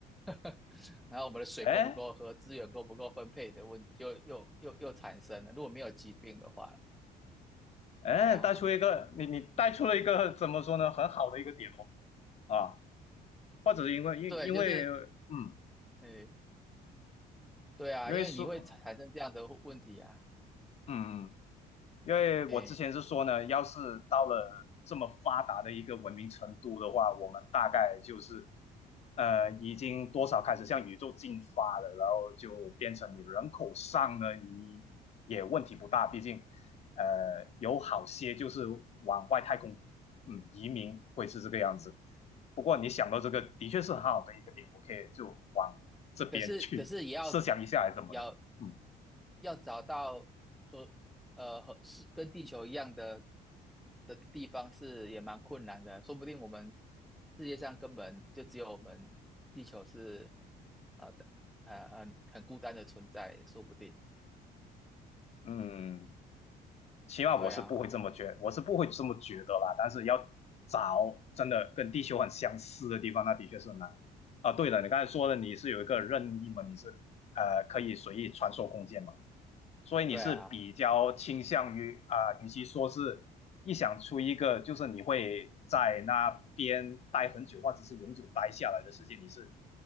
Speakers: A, in the centre; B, on the left.
A: <laughs> 然后我们的水够不够喝？
B: 哎
A: 资源够不够分配的问题又又又又产生了。如果没有疾病的话，
B: 哎，
A: 哎呀，
B: 带出一个你你带出了一个怎么说呢，很好的一个点哦啊，或者是因为因因为嗯，
A: 对，就是。哎，对啊，
B: 因为说
A: 因为你会产生这样的问题啊，
B: 嗯。嗯因为我之前是说呢，
A: 哎，
B: 要是到了这么发达的一个文明程度的话，我们大概就是呃已经多少开始向宇宙进发了，然后就变成你人口上呢，你也问题不大，毕竟呃有好些就是往外太空嗯移民会是这个样子。不过你想到这个，的确是很好的一个点，我可以就往这边去
A: 可是可是也要
B: <laughs> 设想一下，还是怎么的？
A: 要
B: 嗯
A: 要找到和呃和是跟地球一样的的地方是也蛮困难的，说不定我们世界上根本就只有我们地球是呃的呃很很孤单的存在，说不定。
B: 嗯。起码我是不会这么觉，
A: 对啊，
B: 我是不会这么觉得啦。但是要找真的跟地球很相似的地方，那的确是很难啊。对了，你刚才说的你是有一个任意门，你是呃可以随意穿梭空间嘛，所以你是比较倾向于啊、
A: 对啊，
B: 呃与其说是一想出一个就是你会在那边待很久或者是永久待下来的世界，你是